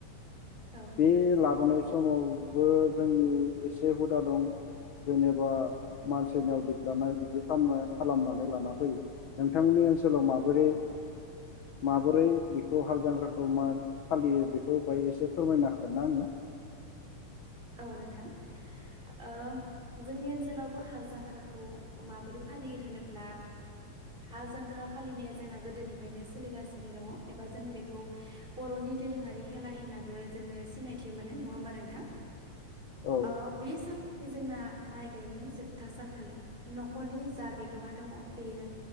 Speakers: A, on the right; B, on the left.
A: औ
B: बे लाबोनाय। समावबो जोंनि एसे हुदा दं जेनेबा मानसिनियाव लिदलानाय बिदि खालामनानै लाना फैयो नोंथांमोननि ओनसोल। सोलाव माबोरै।
A: औ
B: माबोरै। बेखौ हाल जांख्राखौ मा फालियो बेखौ बाहाय एसे फोरमायनो हागोन ना आंनो?
A: औ नोंथां। ओ जोंनि ओनसोलावबो हाल जांख्राखौ माबोरै फालियो होनोब्ला हाल जांख्रा फालिनाया जोंना गोदोनिफ्रायनो सोलिगासिनो दङ एबा जोङो बेखौ बर'नि दोरोङारि खेला होननाबो जोङो सिनायथि मोनो नङा होमबा नोंथां?
B: औ
A: ओ बे सानखालि जोंना। माइ गायनायनि जोबथा सानखालि न'खरनि जा बिगोमा दङ' बेयो